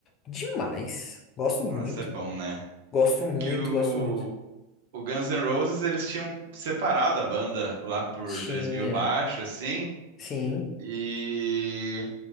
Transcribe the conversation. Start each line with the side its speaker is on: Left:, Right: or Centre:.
Left: Demais. Gosto
Right: Nossa,
Left: muito.
Right: é bom, né?
Left: Gosto muito,
Right: Que o,
Left: gosto muito.
Right: o Guns N' Roses eles tinham separado a banda lá por
Left: Tinha.
Right: 2000 baixo, assim,
Left: Sim.
Right: e